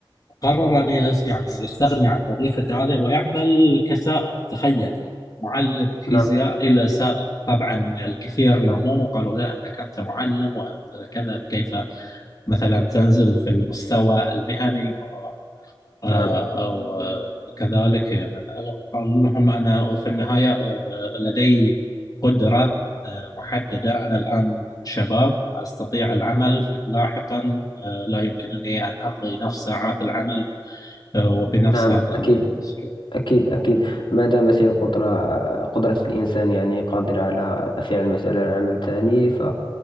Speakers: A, on the left; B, on the left.
A: قرر أن يس- يعني يستغني عن وظيفة هذا ويعمل كسائق تخيل معلم فيزياء
B: نعم
A: إلى سائق طبعا الكثير لاموه قالوا لا أنك أنت معلم وأنت كذا كيف مثلا تنزل في المستوى المهني و آه،
B: نعم
A: أو آه، كذلك من قال لهم أنا في النهاية آه، لدي قدرة آه، محددة أنا الآن شباب أستطيع العمل في- لاحقا آه، لا يمكنني أن أقضي نفس ساعات العمل آه، وبنفس
B: نعم
A: هذا الأسلوب
B: أكيد أكيد أكيد ما دامت هي القدرة قدرة الإنسان يعني قادر على فعل مثلا عمل تاني ف